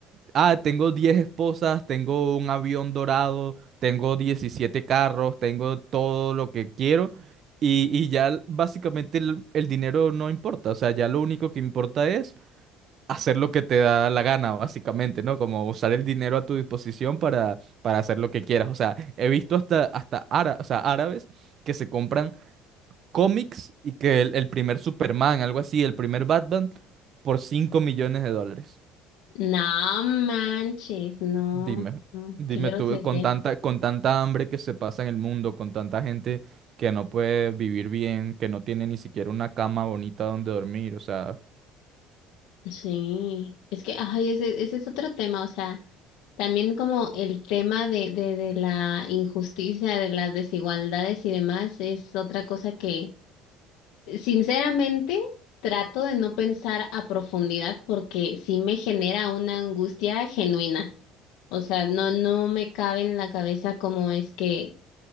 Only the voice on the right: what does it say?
Ah, tengo 10 esposas, tengo un avión dorado, tengo 17 carros, tengo todo lo que quiero y, y ya l- básicamente el, el dinero no importa, o sea, ya lo único que importa es hacer lo que te da la gana, básicamente, ¿no? Como usar el dinero a tu disposición para, para hacer lo que quieras. O sea, he visto hasta, hasta ára- o sea, árabes que se compran cómics y que el, el primer Superman, algo así, el primer Batman, por cinco millones de dólares.
Dime,
dime
tú, con tanta,
con tanta hambre que se pasa en el mundo, con tanta gente que no puede vivir bien, que no tiene ni siquiera una cama bonita donde dormir, o sea.